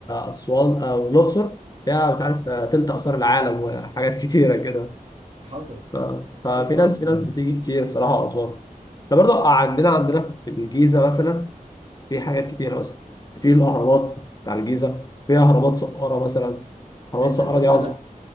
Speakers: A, on the left; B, on the right.
A: أسوان أو الأقصر فيها مش عارف آه، تلت آثار العالم وحاجات <laughs> كتيرة كده
B: حصل
A: ف- ففي
B: حصل يا صاحبي
A: ناس في ناس
B: يعني.
A: بتيجي كتير صراحة أسوان احنا برضو عندنا عندنا في الجيزة مثلا في حاجات كتيرة مثلا في الأهرامات بتاع الجيزة في أهرامات سقارة مثلا أهرامات
B: أنت
A: سقارة
B: تصدق
A: دي عظمة
B: لا